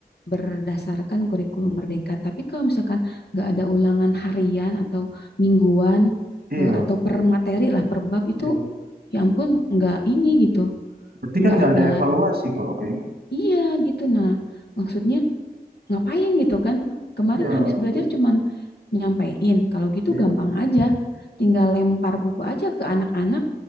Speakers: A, on the left; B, on the right.
A: berdasarkan kurikulum merdeka tapi kalau misalkan nggak ada ulangan harian atau mingguan
B: iya
A: eh, atau per materi lah per bab itu
B: iya
A: ya ampun nggak ini gitu
B: berarti
A: nggak
B: kan nggak
A: ada
B: ada evaluasi kalau kayak gitu
A: iya gitu nah maksudnya ngapain gitu kan kemarin
B: iya
A: habis
B: makanya.
A: belajar cuman nyampein kalau gitu
B: iya
A: gampang aja tinggal lempar buku aja ke anak-anak